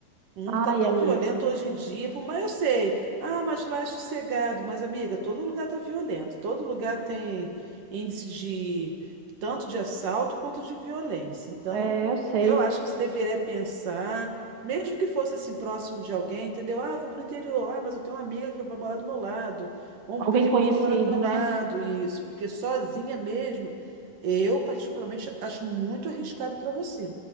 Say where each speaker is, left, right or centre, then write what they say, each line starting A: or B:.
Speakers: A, on the right; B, on the right.
A: O mundo tá
B: Ai,
A: tão
B: amiga,
A: violento hoje em dia, por mais eu sei. Ah, mas lá é sossegado. Mas, amiga, todo lugar tá violento. Todo lugar tem índice de tanto de assalto quanto de violência. Então,
B: é, eu sei.
A: eu acho que você deveria pensar, mesmo que fosse assim próximo de alguém, entendeu? Ah, vou pro interior. Ah, mas eu tenho uma amiga que vai morar do meu lado, ou
B: Alguém
A: um primo
B: conhecido,
A: que vai morar do meu
B: né?
A: lado, isso, porque sozinha mesmo, eu particularmente acho muito arriscado para você.